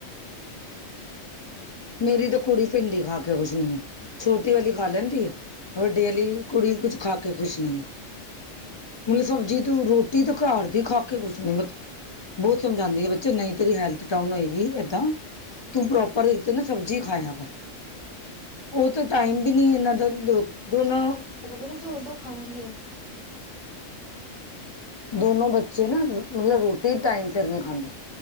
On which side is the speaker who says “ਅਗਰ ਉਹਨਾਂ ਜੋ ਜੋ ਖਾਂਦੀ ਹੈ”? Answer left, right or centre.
Left